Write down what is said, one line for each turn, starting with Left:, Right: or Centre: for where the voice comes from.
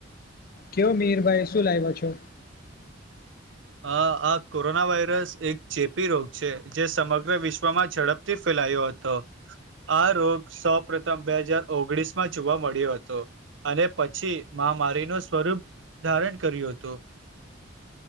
Left: કયો મિર ભાઈ શું લાવ્યા છો
Right: હ અ આ કોરોના વાયરસ એક ચેપી રોગ છે જે સમગ્ર વિશ્વમાં ઝડપથી ફેલાયો. અતો આ રોગ સૌ પ્રથમ બે હજાર ઓગણીસ માં જોવા મળ્યો હતો. અને પછી મહામારીનું સ્વરૂપ ધારણ કર્યું હતું.